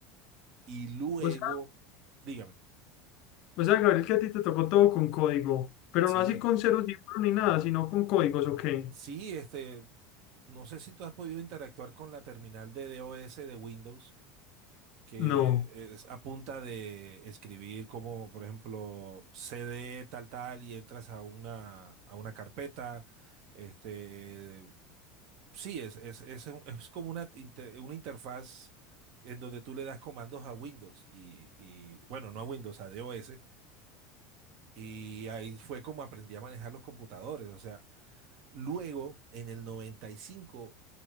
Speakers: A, on the right (about 55°); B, on the left (about 55°).
A: Y luego,
B: O sea,
A: dígame,
B: o sea, Gabriel, que a ti te tocó todo con código, pero
A: sí,
B: no así con ceros y uno ni nada, sino con códigos, ¿o qué?
A: sí, este, no sé si tú has podido interactuar con la terminal de DOS de Windows. que
B: No,
A: es a punta de escribir como, por ejemplo, CD tal tal y entras a una, a una carpeta. Este, sí, es, es, es, un- es como una, inter- una interfaz en donde tú le das comandos a Windows y, y bueno, no a Windows, a DOS. Y ahí fue como aprendí a manejar los computadores. O sea, luego en el 95